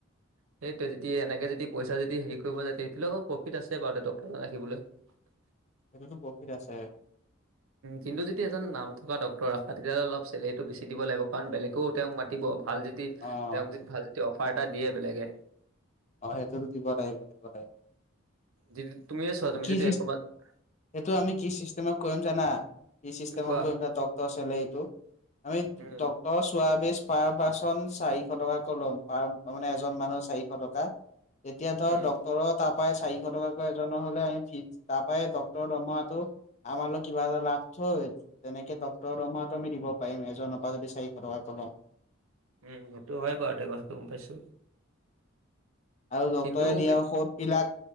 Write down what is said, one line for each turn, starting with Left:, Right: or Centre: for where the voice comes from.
Right: হয়্ সেইটোৱে যদি এনেকে যদি পইচা যদি হেৰি কৰিব যা তেতিাহয়ালেও প্ৰফিট আছে বাৰু <unintelligible> ৰাখিবলৈ। <unintelligible>
Left: সেইটোতো প্ৰফিট আছে।
Right: কিন্তু যদি এজন নাম থকা ডক্তৰ ৰাখা তেতিয়াাহ'লে অলপ চেলেৰিটো বেছি দিব লাগিব কাৰণ বেলেগেও তেওঁক মাতিব। ভাল যদি তেওঁক
Left: অ',
Right: যদি ভাল য অফাৰ এটা দিয়ে বেলেগে।
Left: অ সেইটোটো <unintelligible> টাইপ মানে
Right: দি তুমিয়ে ছোৱা তুমি যদি
Left: চিচ
Right: <unintelligible>
Left: সেইটো আমি কি চিষ্টেমত কৰিম জানা কি চিষ্টেম
Right: কোৱা
Left: কৰিম জান ডক্তৰ চেলাৰি টো। আমি
Right: উম,
Left: ডক্তৰ চোৱা বিছ। পাৰ পাৰ্চন চাৰিশ টকাকৈ ল'ম পাৰ মানে এজন মানুহ চাৰিশ টকা। তেতিয়া ধৰ
Right: উম,
Left: ডক্তৰ তাত ই চাৰিশ টকাকৈ এজনৰ হলে আমি ফি তাৰ পৰাই ডক্তৰৰ দৰমহাটো। আমাৰ লগ কিবা এটা লাভ থৈ তেনেকে ডক্তৰৰ দৰমহাতো আমি দিব পাৰিম এজনৰ পৰা যদি চাৰিশ টকা লও।
Right: উম সেইটো হয় বাৰু দে কথাটো গম পাইছো।
Left: আৰু ডক্তৰে
Right: কিন্তু
Left: দিয়া
Right: কেত-
Left: ঔষধ বিলাক